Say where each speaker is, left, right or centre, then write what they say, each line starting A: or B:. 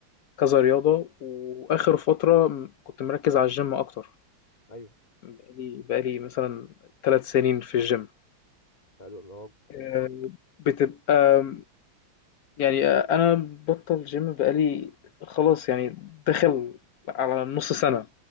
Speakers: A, on the left (about 65°); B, on the left (about 20°).
A: كذا رياضة، وآخر فترة م كنت مركّز على الGym أكتر.
B: ايوه
A: بقالي بقالي مثلًا 3 سنين في الgym
B: حلو الله أكبر.
A: آآ بتبقى يعني آه، أنا مبطّل gym بقالي خلاص يعني داخل على نُص سَنة،